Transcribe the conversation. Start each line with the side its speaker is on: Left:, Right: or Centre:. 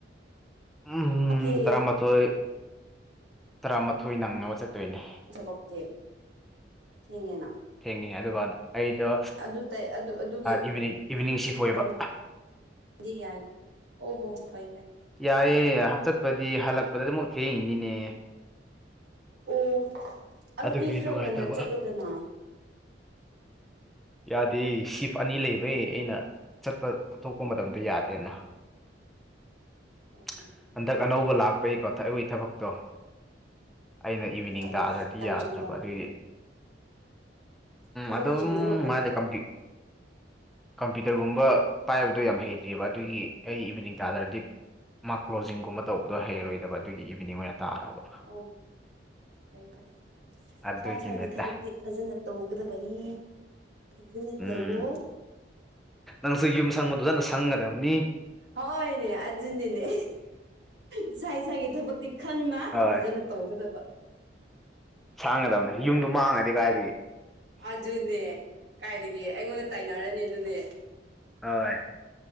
Centre: ꯎꯝ
Right: ꯀꯦ
Centre: ꯇꯔꯃꯥꯊꯣꯏ ꯇꯔꯃꯥꯊꯣꯏ ꯅꯪꯅꯕ ꯆꯠꯇꯣꯏꯅꯦ
Right: ꯊꯕꯛꯇꯤ ꯊꯦꯡꯉꯦꯅꯥ
Centre: ꯊꯦꯡꯉꯦ ꯑꯗꯨꯒ ꯑꯩꯗꯣ
Right: ꯑꯗꯨ ꯇꯩ ꯑꯗꯨ ꯑꯗꯨꯒꯤ
Centre: ꯏꯚꯤꯅꯤꯡ ꯏꯚꯤꯅꯤꯡ ꯁꯤꯐ
Right: ꯃꯇꯝ
Centre: ꯑꯣꯏꯕ
Right: ꯗꯤ ꯌꯥꯢ ꯑꯣꯍꯣ ꯐꯩ ꯐꯩ
Centre: ꯌꯥꯏꯌꯦ ꯆꯠꯄꯗꯤ ꯍꯜꯂꯛꯄꯗ ꯑꯃꯨꯛ ꯊꯦꯡꯉꯤꯅꯤꯅꯦ
Right: ꯑꯣ ꯑꯗꯨꯗꯤ
Centre: ꯑꯗꯨꯒꯤ
Right: ꯈꯔ
Centre: ꯅꯨꯡꯉꯥꯏꯇꯕ
Right: ꯉꯟꯅ ꯆꯠꯂꯨꯗꯅ
Centre: ꯌꯥꯗꯦ ꯁꯤꯐ ꯑꯅꯤ ꯂꯩꯕꯩ ꯑꯩꯅ ꯆꯠꯄ ꯊꯣꯛꯄ ꯃꯇꯝꯗꯣ ꯌꯥꯗꯦꯅ <inaudible>
Right: ꯑꯣ ꯍꯣ
Centre: ꯍꯟꯗꯛ ꯑꯅꯧꯕ ꯂꯥꯛꯄꯒꯤꯀꯣ ꯊꯕꯛ ꯑꯣꯈꯣꯏ ꯊꯕꯛꯇꯣ ꯑꯩꯅ ꯏꯚꯤꯅꯤꯡ
Right: ꯑꯣ
Centre: ꯇꯥꯗ꯭ꯔꯗꯤ
Right: ꯌꯥꯝ
Centre: ꯌꯥꯗ꯭ꯔꯕ
Right: ꯆꯤꯟꯕ꯭ꯔꯥ
Centre: ꯑꯗꯨꯏꯅꯦ
Right: ꯊꯕꯛ
Centre: ꯑꯗꯨꯝ
Right: ꯆꯤꯟꯕ꯭ꯔꯣ ꯑꯗꯨꯝ
Centre: ꯀꯝꯄꯤ ꯀꯝꯄꯤꯇꯔꯒꯨꯝꯕ ꯄꯥꯏꯕꯗꯣ ꯌꯥꯝ ꯍꯩꯇꯦꯕ ꯑꯗꯨꯒꯤ ꯑꯩ ꯏꯚꯤꯅꯤꯡ ꯇꯥꯗꯔꯗꯤ ꯃꯥ ꯀ꯭ꯂꯣꯖꯤꯡꯒꯨꯝꯕ ꯇꯧꯕꯗꯣ ꯍꯩꯔꯣꯏꯗꯕ ꯑꯗꯨꯒꯤ ꯏꯚꯅꯤꯡ ꯑꯣꯏꯅ ꯇꯥꯔꯕ
Right: ꯑꯣꯍꯣ ꯐꯩ ꯐꯩ
Centre: ꯑꯗꯨꯒꯤꯅꯤꯗ
Right: ꯁꯥ ꯏꯁꯥꯒꯤ ꯊꯕꯛꯇꯤ ꯐꯖꯅ ꯇꯧꯒꯗꯕꯅꯤ ꯐꯖꯅ
Centre: ꯎꯝ
Right: ꯇꯧꯋꯣ
Centre: ꯅꯪꯁꯨ ꯌꯨꯝ ꯁꯪꯕꯗꯨꯗ ꯅꯁꯪꯒꯗꯕꯅꯤ
Right: ꯍꯣꯏꯅꯦ ꯑꯗꯨꯅꯤꯅꯦ ꯏꯁꯥ ꯏꯁꯥꯒꯤ ꯊꯕꯛꯇꯤ ꯈꯪꯅ
Centre: ꯍꯣꯏ
Right: ꯐꯖꯅ ꯇꯧꯒꯗꯕ
Centre: ꯁꯥꯡꯒꯗꯕꯅꯤ ꯌꯨꯝꯗꯣ ꯃꯥꯡꯒꯗꯤ ꯀꯥꯏꯗꯒꯤ
Right: ꯑꯗꯨꯅꯦ ꯀꯥꯏꯗꯒꯤ ꯑꯩꯉꯣꯟꯗ ꯇꯥꯏꯅꯔꯅꯤ ꯑꯗꯨꯗꯤ
Centre: ꯍꯣꯏ